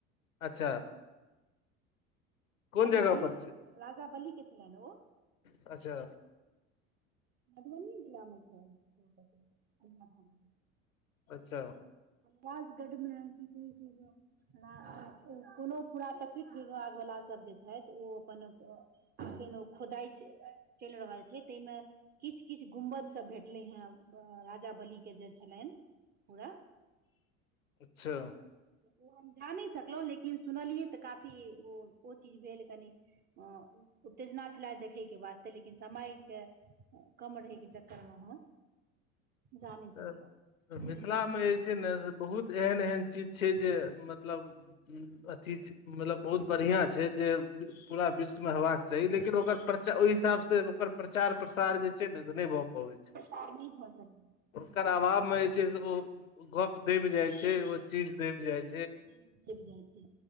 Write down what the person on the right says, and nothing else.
राजा
बलि,
राजा बलि के छलैनि ओ?
मधुबनी जिला मे छैय। <unintelligible>
राजगढ़मे कि कहै छैय जे <unintelligible> कोनो पुरातत्विक विभाग बला सभ जे छथि ओ अपन ओ अखैन ओ खोदाइ चलि रहल छै तैहिमे किछ-किछ गुमबद सब भेटलै हेँ। अ-राजा बली के जे छेलानि, पूरा
ओ हम जा नहि सकलहुँ लेकिन सुनलियै तऽ काफी ओ-ओ चीज भेल कनि अ उत्तेजना छले देखैके वास्ते लेकिन समयके कम रहैके चक्करमे हम जा नहि
सकलहुँ
पानी भऽ सकै
जे गिर जाइ छै